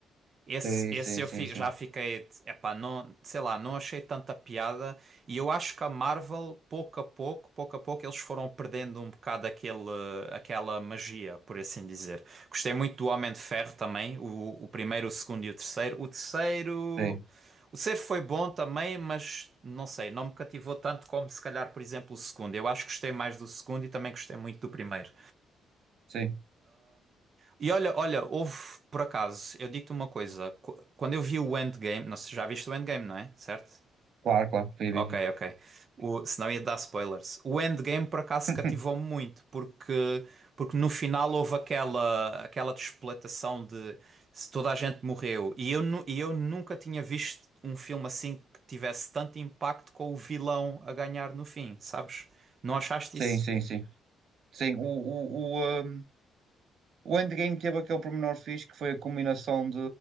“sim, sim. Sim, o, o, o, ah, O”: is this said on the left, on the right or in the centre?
Right